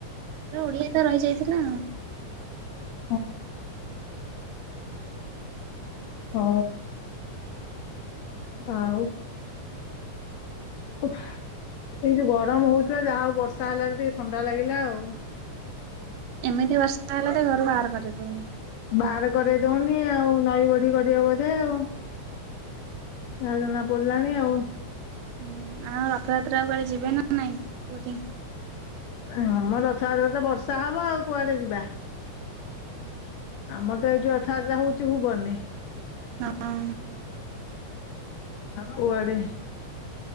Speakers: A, on the right (about 80°); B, on the left (about 75°).
A: ଓଡ଼ିଆ ଟା ରହିଯାଇଥିଲା।
B: ହଁ। ହ।
A: ହୁଁ।
B: ଆଉ। ଉଃ ଏଇ ଯୋଉ ଗରମ ହଉଥିଲା ଯାହା ହଉ ବର୍ଷା ହେଲାରୁ ଟିକେ ଥଣ୍ଡା ଲାଗିଲା ଆଉ।
A: ଏମିତି ବର୍ଷା ହେଲା ଟିକେ ଘରୁ ବାହାର କରେଇ ଦଉନି।
B: ବାହାର କରେଇ ଦଉନି ଆଉ, ନଈବଢି କରିବ ବୋଧେ ଆଉ। ଯାହା ଜଣା ପଡ଼ିଲାଣି ଆଉ।
A: ହୁଁ ଆଉ ରଥଯାତ୍ରାକୁ କୁଆଡେ ଯିବେ ନା ନାଇଁ ପୁରୀ?
B: ହଁ ମ ରଥଯାତ୍ରାରେ ତ ବର୍ଷା ହବ ଆଉ କୁଆଡେ ଯିବା।
A: ହୁଁ।
B: ଆମର ତ ଏଇଠି ରଥଯାତ୍ରା ହଉଛି ଭୁବନରେ।
A: ହଁ।
B: କୁଆଡେ